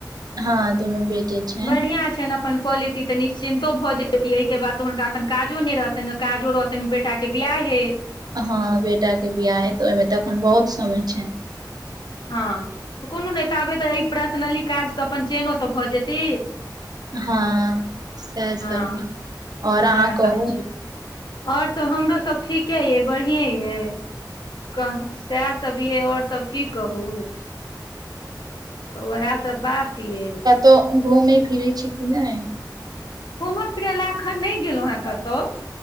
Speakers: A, on the right; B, on the left.
A: हँ दुनू बेटे छनि
B: बढ़िया छनि अपन कऽ लेती तऽ निश्चितो भऽ जेती एहि के बाद तऽ हुनका एखन काजो नहि रहतनि काजो रह तनि बेटाके बियाहे
A: हँ बेटाके बियाह हेत तऽ ओहिमे तऽ एखन बहुत समय छनि
B: हँ तऽ कोनो नहि ताबै तऽ एहि पर्सनली काजसँ अपन चेनो तऽ भऽ जेती
A: हँ सएह
B: हँ
A: सब आओर
B: सएह
A: अहाँ
B: सब
A: कहू
B: छै आओर सब हमरो सब ठीके अइ बढ़िया अइ कह सएह सब यै आओर सब की कहू तऽ ओएह सब बात अइ
A: तऽ घुमै फिरै छी कि नय
B: घूमय फिरय लए एखन नहि गेलहुँ हेँ कतहु